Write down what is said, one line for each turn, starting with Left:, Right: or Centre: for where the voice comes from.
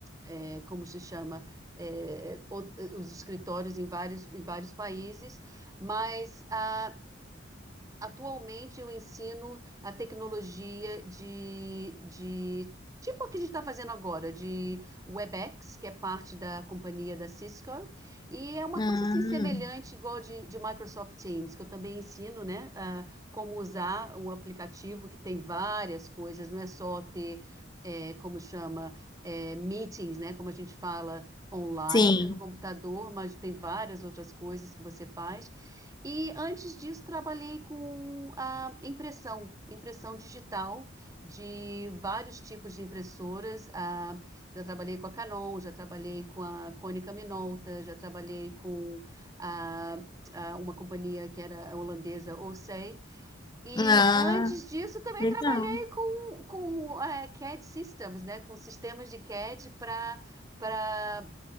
Right: eh, como se chama, eh, o- os escritórios em vários, em vários países. Mas ah, atualmente eu ensino a tecnologia de, de tipo o que a gente está fazendo agora, de WebEx, que é parte da companhia da Cisco, e é uma
Left: Ah,
Right: coisa assim semelhante, igual de, de Microsoft Teams, que eu também ensino, né, a como usar o aplicativo, que tem várias coisas, não é só ter é, como chama, é, meetings, né? Como a gente fala online
Left: sim.
Right: no computador, mas tem várias outras coisas que você faz. E antes disso, trabalhei com a impressão, impressão digital de vários tipos de impressoras. Ah, já trabalhei com a Canon, já trabalhei com a Konica Minolta, já trabalhei com a- a uma companhia que era holandesa, Olsay. E
Left: Ah,
Right: antes disso também
Left: legal.
Right: trabalhei com, com é, CAD Systems, né? Com sistemas de CAD para para